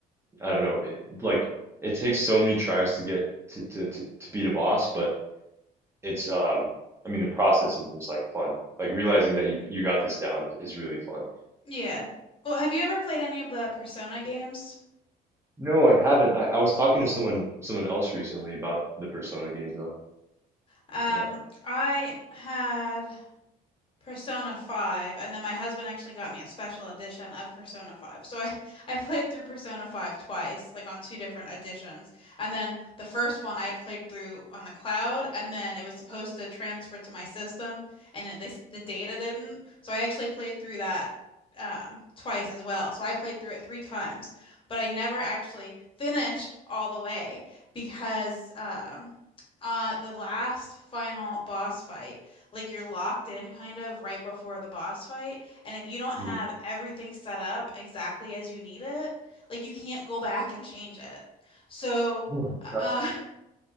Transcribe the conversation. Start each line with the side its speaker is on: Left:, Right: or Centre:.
Right: I don't know it, like it takes so many tries to get to, to to to beat a boss, but it's um I mean the process is just like fun. Like realizing that you you got this down is, is really fun.
Left: Yeah. Well, have you ever played any of the Persona games?
Right: No, I haven't. I, I was talking to someone someone else recently about the Persona games though.
Left: Um,
Right: Yeah.
Left: I had Persona 5, and then my husband actually got me a special edition of Persona 5. So I <laughs> I played through Persona 5 twice, like on two different editions. And then the first one I had played through on the cloud, and then it was supposed to transfer to my system, and it, this the data didn't. So I actually played through that um, twice as well. So I played through it three times, but I never actually finished all the way because um, uh, the last final boss fight like you're locked in kind of right before the boss fight. And if you don't have
Right: Mm.
Left: everything set up exactly as you need it, like you can't go back and change it. So,
Right: Oh my
Left: uh,
Right: God.